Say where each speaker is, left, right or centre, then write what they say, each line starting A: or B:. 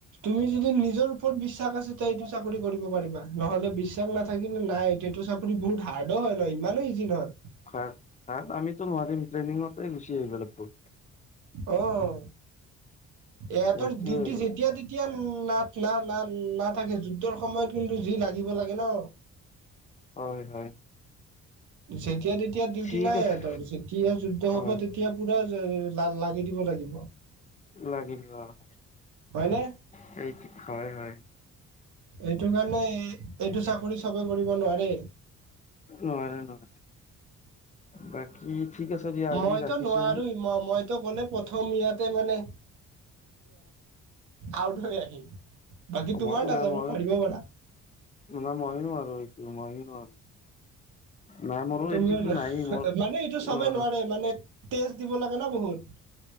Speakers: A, on the right (about 75°); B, on the left (about 25°).
A: তুমি যদি নিজৰ ওপৰত বিশ শ্বাস আছে এইটো চাকৰি কৰিব পাৰিবা। নহ'লে বিশ্বা স নাথাকিলে নাই এইটো চা বহুত হাৰ্ডো হয় ন, ইমানো ইজি নহয়।
B: খাৰ আমিতো নোৱাৰিম ট্ৰেইনিঙতে গুচি আহিব লাগিব।
A: অ'। এহঁতৰ
B: এইটোৱে
A: ডিউটি
B: আৰু
A: যেতিয়া তেতিয়া না না না নাথাকে যুদ্ধৰ সময়ত কিন্তু যি লাগিব লাগে ন।
B: হয়, হয়।
A: যেতিয়া তেতিয়া ডিউটি
B: ঠিক
A: নাই
B: আছে
A: ইহঁতৰ যেতিয়া যুদ্ধ হব
B: হয়
A: তেতিয়া পুৰা লা লা লাগি দিব লাগিব।
B: লাগি দিব লগা হয়
A: হয়নে
B: সেইটো হয়, হয়।
A: এইটো কাৰণে এইটো চাকৰি চবে কৰিব নোৱাৰে।
B: নোৱাৰে নহয়। বাকী দিয়া আজি
A: মইতো
B: ৰাখিছো
A: নোৱাৰো ম মইতো গ'লে প্ৰথম ইয়াতে মানে আউট হৈ আহিম। বাকী তোমাৰ
B: মই
A: নাজানো
B: নাই মই
A: পাৰিব পাৰা
B: ন মইও নোৱাৰো এইটো মইও নোৱাৰো। নাই মোৰো
A: তুমিও
B: এইটোতো নায়েই মোৰ
A: মানে এইটো চবে
B: নোৱাৰো
A: নোৱাৰে মানে তেজ দিব লাগে ন বহুত।